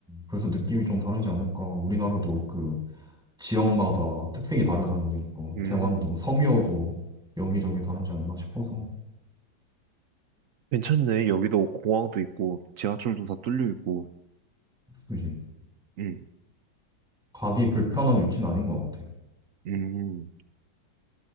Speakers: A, in the centre; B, on the right.
A: 그래서 느낌이 좀 다르지 않을까. 우리나라도 그 지역마다 특색이 다르다는 거니까.
B: 음,
A: 대만도 섬이어도 여기저기 다르지 않나 싶어서.
B: 괜찮네. 여기도 공항도 있고, 지하철도 다 뚫려 있고.
A: 그지?
B: 음,
A: 가기 불편한 위치는 아닌 것 같아.
B: 음.